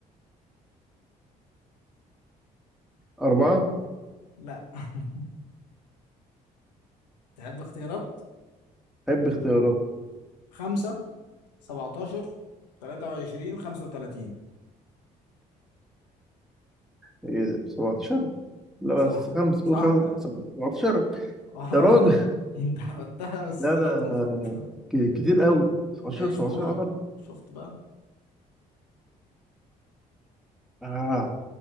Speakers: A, in the centre; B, on the left.
A: أربعة
B: لا <laughs> تحب اختيارات
A: حب اختيارات
B: خمسة سبعتاشر تلاتة وعشرين خمسة وتلاتين
A: ايه ده 17 لا
B: صح
A: بس خمسة
B: صح
A: قول خمسة 17
B: اه
A: يا راجل
B: <laughs> انت عملتها بس
A: لا
B: طلعت
A: أنا
B: مظبوطة
A: ك- كتير قوي 17
B: ماشي
A: 17
B: دورك
A: على ضرب
B: شفت بقى
A: آه